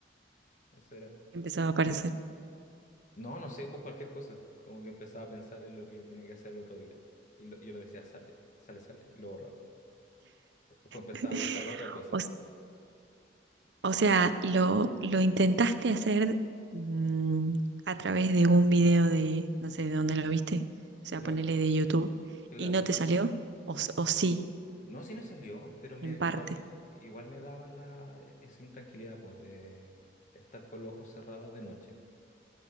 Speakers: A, on the left; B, on the right.
A: Eso era,
B: Empezaba a aparecer.
A: No, no sé, pues cualquier cosa. Como que empezaba a pensar en lo que tenía que hacer el otro día. Y lo- yo lo decía, sale, sale, sale. Y lo borraba. Después empezaba
B: <laughs>
A: a pensar otra cosa.
B: O O sea, lo, lo intentaste hacer mm, a través de un video de, no sé de dónde lo viste, o sea,
A: Lo-
B: ponele de YouTube,
A: claro.
B: y no te salió, o, s- o sí,
A: No, sí me salió, pero me,
B: en parte.
A: igual me, igual me daba la, e- esa intranquilidad, pues, de estar con los ojos cerrados de noche.